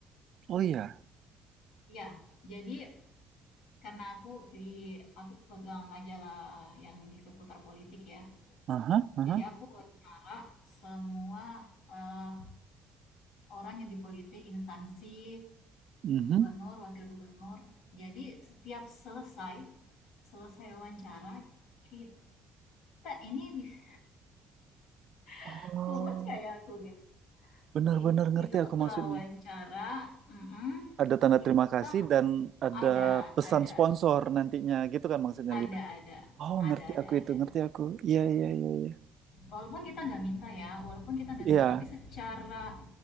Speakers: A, on the right; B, on the left.
A: Oh iya.
B: ya jadi karena aku di aku pegang majalah yang di seputar politik ya.
A: Aha, aha.
B: Jadi aku wawancara semua eh, orang yang di politik, instansi,
A: mhm.
B: gubernur, wakil gubernur. Jadi setiap selesai, selesai wawancara, kita, ini bisa
A: Oh,
B: <laughs> tumes kayak aku gitu.
A: benar-benar
B: I- Itu
A: ngerti
B: setelah
A: aku maksudnya.
B: wawancara, mm-mm,
A: Ada tanda
B: kita
A: terima kasih dan ada
B: ada,
A: pesan
B: ada,
A: sponsor nantinya gitu kan maksudnya
B: ada,
A: Lina.
B: ada,
A: Oh,
B: ada,
A: ngerti
B: ada,
A: aku itu,
B: ada.
A: ngerti aku. Iya, iya, iya, iya.
B: walaupun kita nggak minta ya walaupun kita nggak
A: Iya,
B: minta tapi secara